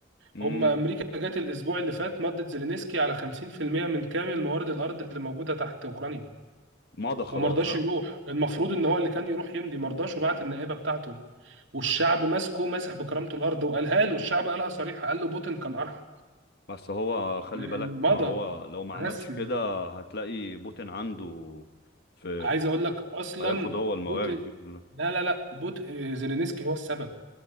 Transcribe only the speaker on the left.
امم
مضى خلاص
ها
بس هو خلي
بالك
ما هو لو ما عملش
كده هتلاقي بوتين عنده في
هياخد هو الموارد
دي كلها